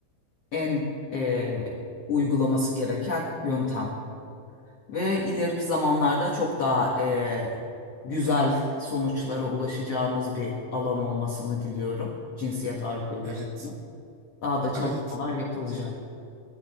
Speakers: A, on the left; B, on the right.
A: en e, uygulaması gereken yöntem. Ve ileriki zamanlarda çok daha e, güzel sonuçlara ulaşacağımız bir alan olmasını diliyorum. Cinsiyet arkeolojisinin.
B: Evet.
A: Daha da çalışmalar
B: Abi de, t-
A: yapılacak.